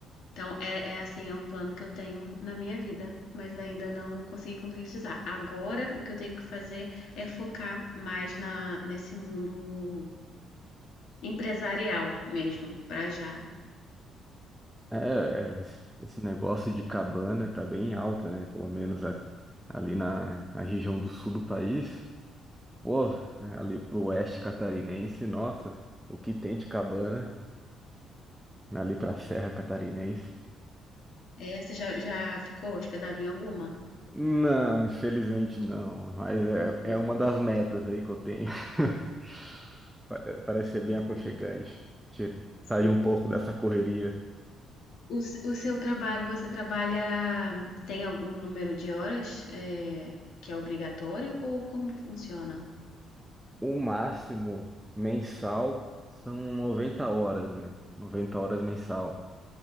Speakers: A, on the left (about 75°); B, in the centre.
A: Então, é, é assim, é um plano que eu tenho na minha vida, mas ainda não consegui concretizar. Agora, o que eu tenho que fazer é focar mais na, nesse mundo empresarial mesmo, pra já.
B: É, é, esse negócio de cabana tá bem alto, né? Pelo menos a- ali na, na região do sul do país. Pô, ali pro oeste catarinense, nossa, o que tem de cabana ali pra Serra Catarinense?
A: É, você já, já ficou hospedado em alguma?
B: Não, infelizmente não, mas é,
A: Não.
B: é uma das metas aí que eu tenho. <laughs> Pare- Parece ser bem
A: Boa,
B: aconchegante. Tira-
A: sim.
B: Sair um pouco dessa correria.
A: O, s- o seu trabalho, você trabalha, tem algum número de horas, é, que é obrigatório ou como funciona?
B: O máximo mensal são 90 horas, né? 90 horas mensal.